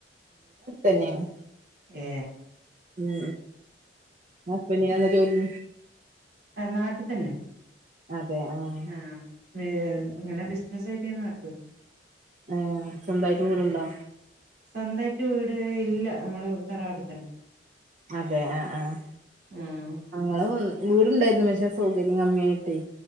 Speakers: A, on the right; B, on the right.
A: തന്നെയാണ്.
B: എ
A: ഉം. ഹസ്ബൻഡിന് എന്താ ജോലി?
B: ആഹ് നാട്ടിൽ തന്നെ.
A: അതെ ആ
B: ആഹ് അങ്ങനെ ബിസിനസ് തന്നെയാണോ ആൾക്കും
A: ആ സ്വന്തായിട്ട്
B: ആഹ്
A: വീടുണ്ടോ
B: സ്വന്തമായിട്ട് വീട് ഇല്ല നമ്മള് തറവാട്ട് തന്നെ.
A: അതെ ആഹ് ആഹ്
B: ആഹ്
A: ഞങ്ങളും വീടുണ്ടായിരുന്നു പക്ഷെ സൗകര്യം കമ്മിയായിട്ടേ.